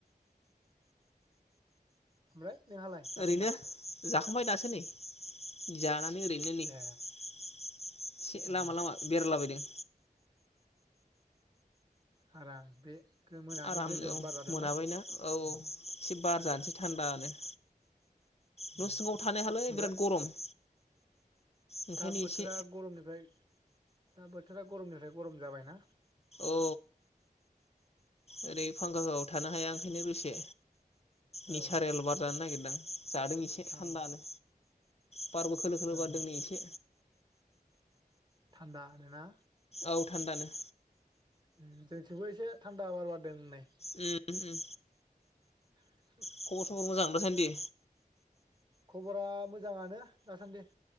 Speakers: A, on the right; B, on the left.
A: ओमफ्राय नोंहालाय जाखांबाय
B: ओरैनो जाखांबाय दासो सोनै जाना नै ओरैनो नै एसे
A: ए ओ
B: लामा लामा बेरायलाबायदों।
A: आराम बे मोनानि
B: आराम
A: गोजोन
B: औ
A: बार जादोंना
B: मोनाबायना औ
A: उम
B: औ एसे बार जानसै थान्दानो। न'
A: उम
B: सिङाव थानो हायालै
A: ओमफ्राय
B: बिराद गरम। ओंखायनो
A: दा बोथोरा
B: एसे
A: गरमनिफ्राय दा बोथोरा गरमनिफ्राय गरम जाबायना।
B: औ ओरै फांखा होआबा थानो हाया आं ओंखायनो दसे निसारेल
A: औ
B: बार जानो नागिरदों जादों एसे
A: औ
B: थान्दानो बारबो खोलो खोलो
A: ओं
B: बारदों नै एसे
A: थान्दानो ना
B: औ थान्दानो
A: उम जोंथिबो एसे थान्दा बार बारदोंनै
B: उम हम
A: <unintelligible>
B: खबर सबर मोजां दासान्दि?
A: खबरा मोजाङानो दासान्दि